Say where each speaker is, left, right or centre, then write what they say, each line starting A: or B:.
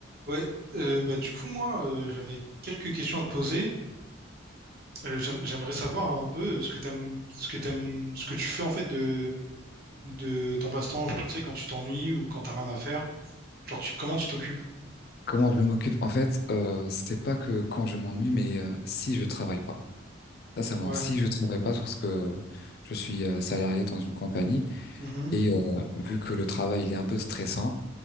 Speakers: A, on the right (about 50°); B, on the left (about 50°).
A: Ouais, euh, bah du coup moi euh, j'avais quelques questions à te poser. Euh, j'aim- j'aimerais savoir un peu euh, ce que t'aimes, ce que t'aimes, ce que tu fais en fait de de ton passe-temps, genre tu sais quand tu t'ennuies ou quand t'as rien à faire. Genre tu comment tu t'occupes?
B: Comment je m'occupe? En fait, euh, c'est pas que quand je m'ennuie, mais euh, si je travaille pas. Sincèrement,
A: Ouais.
B: si je travaille pas, parce que je suis euh, salarié dans une compagnie
A: Mhm.
B: et euh, vu que le travail il est un peu stressant,